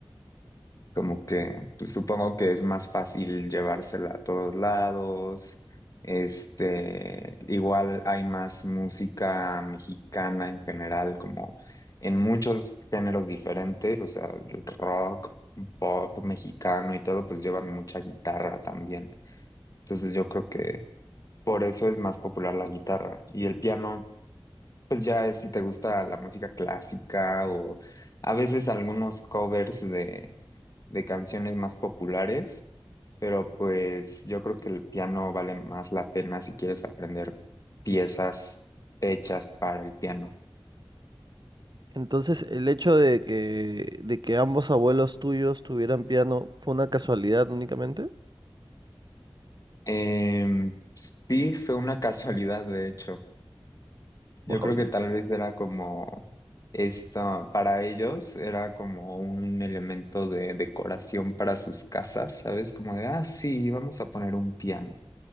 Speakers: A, on the left; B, on the right.
A: Como que pues, supongo que es más fácil llevársela a todos lados. Este, igual hay más música mexicana en general, como en muchos géneros diferentes, o sea, el rock, pop mexicano y todo, pues llevan mucha guitarra también. Entonces yo creo que por eso es más popular la guitarra. Y el piano, pues ya es si te gusta la música clásica o a veces algunos covers de, de canciones más populares, pero pues yo creo que el piano vale más la pena si quieres aprender piezas hechas para el piano.
B: Entonces, el hecho de que, de que ambos abuelos tuyos tuvieran piano fue una casualidad únicamente.
A: Em, sí, fue una <laughs> casualidad, de hecho. Yo
B: Wow,
A: creo que tal vez era como esta, para ellos era como un elemento de decoración para sus casas, ¿sabes? Como de, ah, sí, vamos a poner un piano.